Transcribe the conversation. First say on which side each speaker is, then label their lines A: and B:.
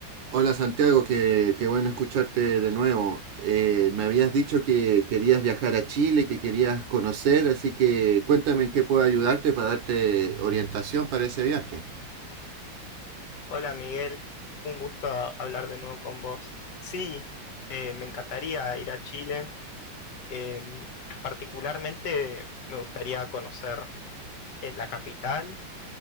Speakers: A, on the right (about 70°); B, on the left (about 65°).
A: Hola Santiago, qué, qué bueno escucharte de nuevo. Eh, me habías dicho que querías viajar a Chile, que querías conocer, así que cuéntame en qué puedo ayudarte para darte orientación para ese viaje.
B: Hola Miguel, un gusto hablar de nuevo con vos. Sí, eh, me encantaría ir a Chile. Eh, particularmente me gustaría conocer eh, la capital